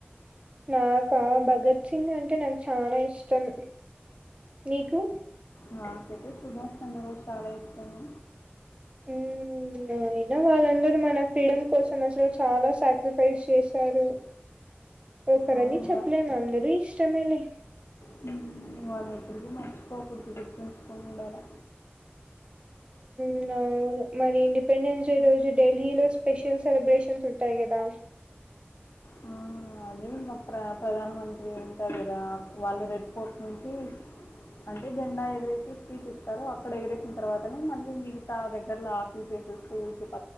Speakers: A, on the right (about 25°); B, on the left (about 80°).
A: నాకా భగత్ సింగ్ అంటే నాకు చాలా ఇష్టం నీకు
B: నాకయితే సుభాష్ చంద్రబోస్ చాలా ఇష్టము
A: ఉమ్ అయినా వాళ్ళందరూ మన ఫ్రీడమ్ కోసం చాలా సాక్రిఫైస్ చేశారు ఓకరని
B: అవును
A: చేప్పలేను
B: వా-
A: అందరు ఇష్టమేలే
B: హ్మ్. వాళ్ళని ఎప్పటికీ మర్చిపోకూడదు గుర్తుంచుకొని ఉండాలా
A: <unintelligible> మరి ఇండిపెండెన్స్ డే రోజు ఢిల్లీలో స్పెషల్ సెలబ్రేషన్స్ ఉంటాయి కదా
B: అ ఇంకా ప్ర ప్రధానమంత్రి ఉంటారు కదా వాళ్ళు రెడ్ ఫోర్ట్ నుంచి అంటే జెండా ఎగరేసి స్పీచ్ ఇస్తారు అక్కడ ఎగిరేసిన తర్వాతనే మళ్ళీ మిగతా దగ్గర్లో ఆఫీస్ కూల్ ప